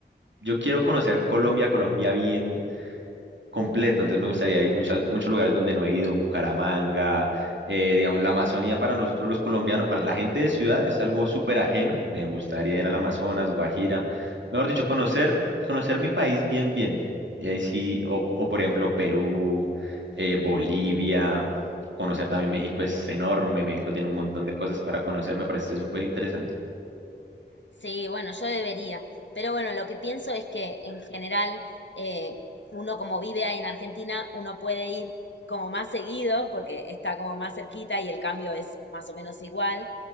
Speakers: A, on the right; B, on the left.
A: yo quiero conocer Colombia, Colombia bien completo, entonces me gustaría ir muchas, muchos lugares donde no he ido, Bucaramanga, eh, digamos, la Amazonía para nosotros los colombianos, para la gente de ciudad es algo súper ajeno, me gustaría ir al Amazonas, Guajira, mejor dicho, conocer, conocer mi país bien, bien, y ahí sí, o, o por ejemplo Perú, eh, Bolivia, conocer también México es enorme, México tiene un montón de cosas para conocer, me parece súper interesante.
B: Sí, bueno, yo debería. Pero bueno, lo que pienso es que en general, eh, uno como vive en Argentina, uno puede ir como más seguido porque está como más cerquita y el cambio es más o menos igual.